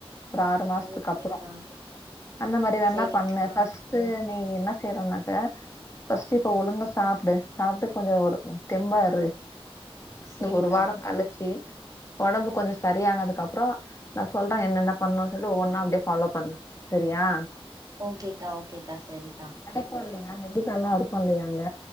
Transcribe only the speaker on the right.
ஓகேக்கா
சரிக்கா
சரிக்கா
ஓகேக்கா ஓகேக்கா செரிக்கா.